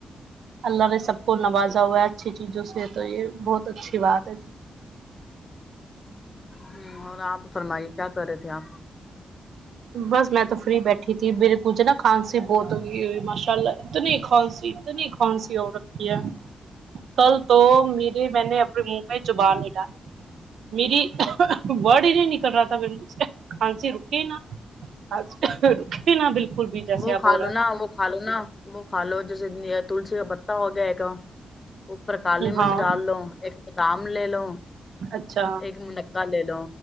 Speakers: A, on the right; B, on the left.
A: اللہ نے سب کو نوازا ہوا ہے اچھی چیزوں سے تو یہ بہت اچھی بات ہے جی
B: ہم اور آپ فرمائی کیا کر رہے تھے آپ
A: بس میں تو فری بیٹھی تھی میرے کوھے نا کھانسی بہت ہو گئی ہے ماشاء اللہ اتنی کھانسی اتنی کھانسی ہو رکھی ہے کل تو میری میں نے اپنے منہ پ زبان ہٹال میری بڑ ہی نہیں نکل رہا میرے منہ سے کھانسی رکے ہی نا کھانسی تو کی نہ بالکل بھی جیسے
B: وہ
A: اب
B: کھا
A: ہو رہا
B: لو نا وہ کھا لو نا وہ کھا لو جیسے تلسی کا پتہ ہو گیا ہے کا اوپر
A: ہے
B: کالی مرچ
A: ہاں
B: ڈال لو ایک بادام لے لو
A: اچھا
B: ایک پکا لے لو